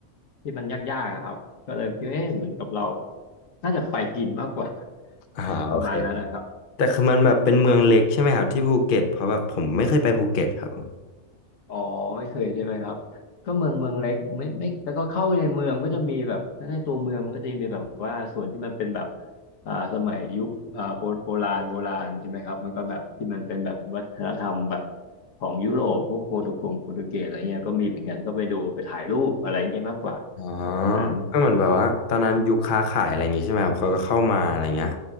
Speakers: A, on the left; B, on the left.
A: ที่มันยากๆอะครับก็เลยคิดว่าเอ๊ะเหมือนกับเราน่าจะไปกินมากกว่า <laughs>
B: อ่าโอเคครับ
A: ประมาณนั้นนะครับ
B: แต่คือมันแบบเป็นเมืองเล็กใช่ไหมครับที่ภูเก็ตเพราะแบบผมไม่เคยไปภูเก็ตครับผม
A: อ๋อไม่เคยใช่ไหมครับก็เมืองเมืองเล็กไม่ไม่แล้วก็เข้าไปในเมืองก็จะมีแบบถ้าในตัวเมืองมันก็จะมีแบบว่าส่วนที่มันเป็นแบบอ่าสมัยยุคอ่าโบโบราณโบราณใช่ไหมครับมันก็แบบที่มันเป็นแบบวัฒนธรรมแบบของยุโรปพวกโปรตุเกสโปรตุเกสอะไรเงี้ยก็มีเหมือนกันก็ไปดูไปถ่ายรูปอะไรเงี้ยมากกว่า
B: อ๋อ
A: ตรงนั้น
B: ก็เหมือนแบบว่าตอนนั้นยุคค้าขายอะไรอย่างงี้ใช่ไหมครับเขาก็เข้ามาอะไรเงี้ย